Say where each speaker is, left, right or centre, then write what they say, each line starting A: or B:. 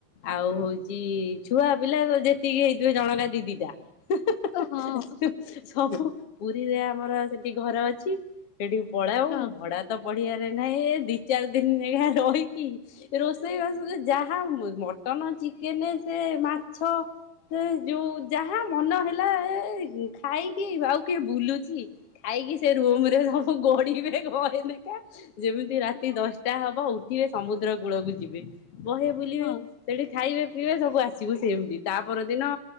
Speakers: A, on the left (about 50°); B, on the left (about 80°).
A: ଆଉ ହଉଛି ଛୁଆ ପିଲା ଯେତିକି ହେଇଥିବେ ଜଣକା ଦିଦିଟା। ହୁଁ ହୁଁ
B: ଓ
A: ହୁଁ
B: ହଁ।
A: ହୁଁ ସବୁ ପୁରୀରେ ଆମର ସେଠି ଘର ଅଛି। ସେଠିକି ପଲାଉ
B: ହଁ
A: ଭଡା ତ ପଢିବାରେ ନାହିଁ ଏ ଦି ଚାରି ଦିନ ନେଖା ରହିକି ରୋଷେଇ ବାସ ତ ଯାହା ମଟନ ଚିକେନ ସେ ମାଛ ସେ ଯୋଉ ଯାହା ମନ ହେଲା ଖାଇକି ଆଉ କିଏ ବୁଲୁଚି ଖାଇକି ସେ ରୁମ ରେ ସବୁ ଗଢିବେ ଘଏନେଖା ଯେମିତି ରାତି
B: ହଁ
A: ଦଶଟା ହବ ଉଠିବେ ସମୁଦ୍ର କୂଳକୁ ଯିବେ ବହେ ବୁଲିବେ
B: ହଁ
A: ସେଠି ଖାଇବେ ପିଇବେ ସବୁ ଆସିବୁ ସେମିତି ତାପର ଦିନ